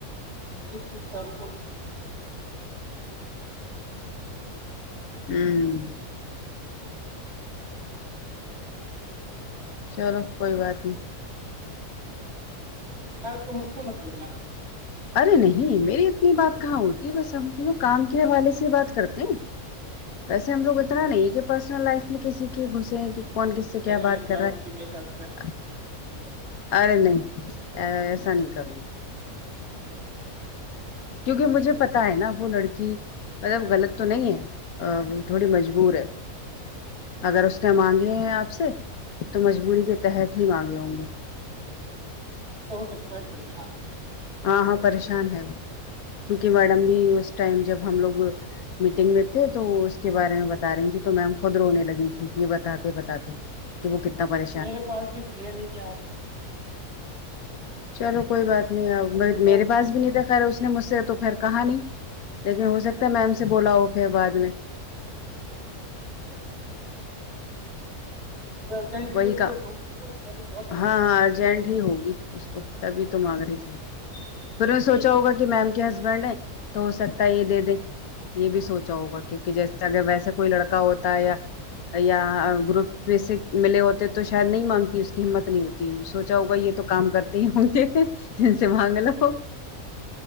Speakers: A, on the right (about 50°); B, on the left (about 75°).
A: <unintelligible> تیس تاریخ
B: ہوں چلو کوئی بات نہیں
A: اور تم اس کو مت بولنا
B: ارے نہیں میری اتنی بات کہاں ہوتی ہے بس ہم کام کے حوالے سے بات کرتے ہیں ویسے ہم لوگ اتنا نہیں کہ پرسنل لائف میں کسی گھسے ہیں
A: تم
B: کہ کون
A: کسی
B: کس سے
A: کہنے
B: کیا
A: لگ
B: بات
A: جاؤ
B: کر رہا ہے
A: کہ میرے ہسبینڈ میرے ہسبینڈ پیسے مانگ رہے ہیں
B: ارے نہیں ایسا نہیں کروں کیونکہ مجھے پتا ہے نا وہ لڑکی مطلب غلط تو نہیں ہے وہ تھوڑی مجبور ہے اگر اس نے مانگے ہیں آپ سے تو مجبوری کے تحت ہی مانگے ہوں گے
A: تو ہو سکتا ہے پریشان جائے۔
B: ہاں ہاں پریشان ہے وہ کیونکہ میڈم بھی اس ٹائم جب ہم لوگ میٹنگ میں تھے تو اس کے بارے میں بتا رہی تیں تو میم خود رونے لگی تھی یہ بتاتے بتاتے <unintelligible>
A: میرے پاس بھی تھے نہیں یار
B: چلو
A: میں
B: کوئی
A: تھوڑی
B: بات
A: بہت
B: نہیں
A: ہیلپ
B: آپ
A: کر دیتا ہوں
B: میرے
A: اس
B: پاس
A: کی
B: بھی نہیں تھا خھر اس نے مجھ سے تو خیر کہا نہیں لیکن ہو سکتا ہے میم سے بولا ہو پھر بعد میں
A: جائتی
B: وہی
A: پورا
B: کا
A: س تو بھی بہت ارجنٹ
B: ہاں ہاں
A: ضرورت
B: ارجنٹ
A: ہے
B: ہی ہوگی اس کو تبھی تو مانگ رہی تھی
A: مجھے
B: پھر ان نے سوچا ہوگا کہ میم کے ہسبینڈ ہے تو ہو سکتا ہے یہ دے دیں یہ بھی سوچا ہوگا کیونکہ جیسے اگر ویسے کوئی لڑکا ہوتا ہے یا یا گروپس ملے ہوتے تو شاید نہیں مانگتی اس کی ہمت نہیں ہوتی ہے سوچا ہوگا یہ تو کام کرتے ہی ہوں گے جن سے سے مانگ لو